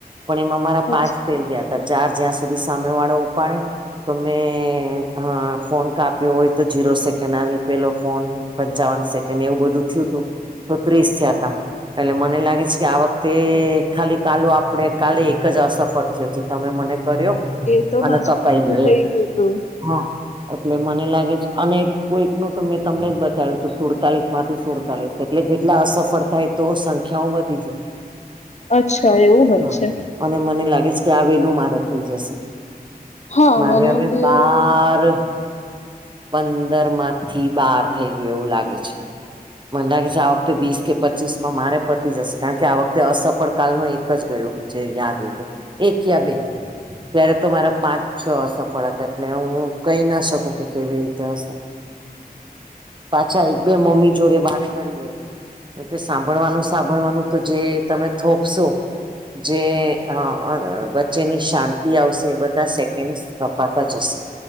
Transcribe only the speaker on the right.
પણ એમાં મારા પાંચ
ફેલ ગયા હતા. ત ચાર જ્યાં સુધી સામે વાળો ઉપાડે તો મેં હા ફોન કાપ્યો હોય તો જીરો સેકન્ડ આવી પેલો ફોન પંચાવન સેકન્ડ એવું બધું થયું તું તો ત્રીસ થયા તા એટલે મને લાગે છે કે આ વખતે ખાલી કાલ આપણે કાલે એક જ અસફળ થિવ. જ તમે મને કર્યો.?
અને
કપાઈ
ગયો
એ
હા એટલે મને લાગે છે અને કોઈક નું તો મેં તમને બ તારે તું સુડતાલીસ માંથી સુડતાલીસ એટલે જેટલા અસફળ થાય તો સંખ્યાઓ વધી જાય. <unintelligible>
હા
અને મને લાગે છે કે આ વેલું મારે થઈ જશે.
મારે
હવે
બાર પંદર માં થી બાર થઈ ગયું એવું લાગે છે મને લાગે છે આ વખતે વીસ કે પચીસ માં મારે પતી જશે કારણ કે આ વખતે અસફળ કાલ નો એક જ ગયો જે યાદ હોય તો એક યા બે. અત્યારે તો મારા પાંચ છ અસફળ હતા એટલે હું કહી ના શકું કે કેવી રીતે હશે પાછા એક બે મમ્મી જોડે વાત કરી લેજો. તો કે સાંભળવાનું સાંભળવાનું તો જે તમે થોપશો. જે અ અ વચ્ચેની શાંતિ આવશે બધા સેકન્ડ કપાતાં જશે.